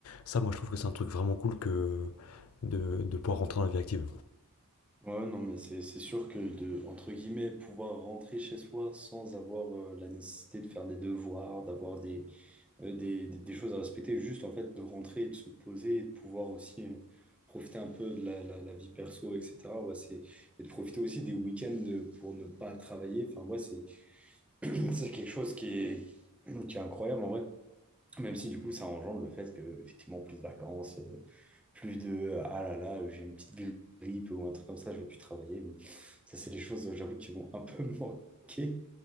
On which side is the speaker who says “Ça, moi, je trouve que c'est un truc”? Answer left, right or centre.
Left